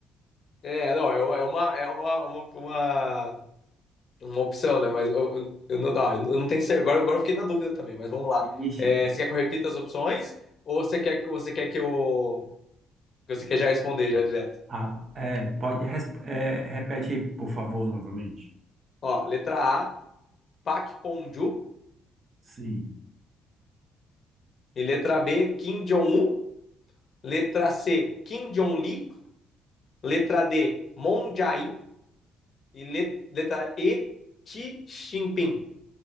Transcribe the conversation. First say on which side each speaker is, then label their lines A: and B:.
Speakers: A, on the left; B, on the right.
A: É, não, é uma, é uma, é uma, uma, uma, uma opção, né? Mas eu, eu, eu não, ah, eu não tenho certeza. Agora, agora eu fiquei na dúvida também, mas vamos lá.
B: Vixe,
A: É, você quer que eu repita as opções ou você quer, você quer que eu. que Você quer já responder já direto?
B: Ah, é, pode, res- é, repete aí, por favor, novamente.
A: Ó, letra A, Pak Ponju.
B: Sim.
A: E letra B, Kim Jong-un. Letra C, Kim Jong-li. Letra D, Moon Jae-in. E le- letra E, Xi Jinping.